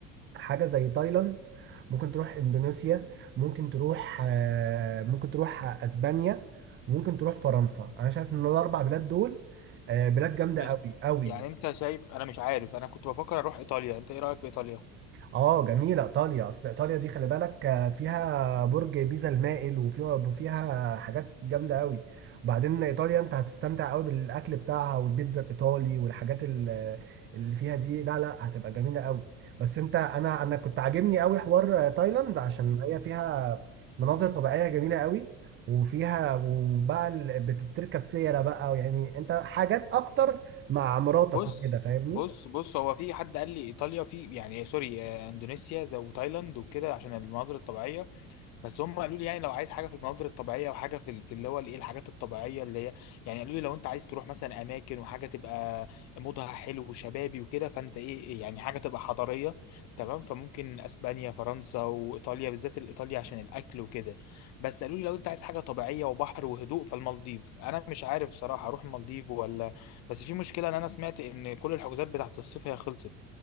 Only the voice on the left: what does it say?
مش-
يعني انت شايف انا مش عارف انا كنت بفكر اروح ايطاليا انت ايه رايك في ايطاليا
بص
بص بص هو في حد قال لي ايطاليا في يعني سوري آه، اندونيسيا زي وتايلاند وكده عشان المناظر الطبيعيه بس هم قالوا لي يعني لو عايز حاجه في المناظر الطبيعيه وحاجه في ال- في اللي هو الايه الحاجات الطبيعيه اللي هي يعني قالوا لي لو انت عايز تروح مثلا اماكن وحاجه تبقى مودها حلو وشبابي وكده فانت ايه إيه يعني حاجه تبقى حضاريه تمام فممكن اسبانيا فرنسا وايطاليا بالذات الايطاليا عشان الاكل وكده بس قالوا لي لو انت عايز حاجه طبيعيه وبحر وهدوء فالمالديف انا مش عارف صراحه اروح المالديف ولا بس في مشكله ان انا سمعت ان كل الحجوزات بتاعت الصيف هي خلصت